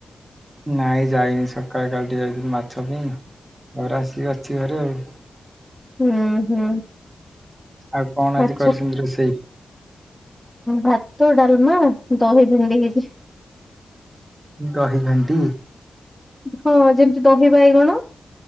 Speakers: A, on the right (about 15°); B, in the centre.
A: ନାଇଁ ଯାଇନି ସକାଳେ କାଲି ଟିକେ ଯାଇକି ମାଛ ପାଇଁ, ତାପରେ ଆସି ଅଛି ଘରେ ଆଉ।
B: ହୁଁ, ହୁଁ
A: ଆଉ କଣ
B: ମାଛ
A: ଆଜି କରିଛନ୍ତି ରୋଷେଇ?
B: ଭାତ, ଡାଲମା, ଦହି ଭେଣ୍ଡି ହେଇଛି।
A: ଦହି ଭେଣ୍ଡି
B: ହଁ, ଯେମିତି ଦହି ବାଇଗଣ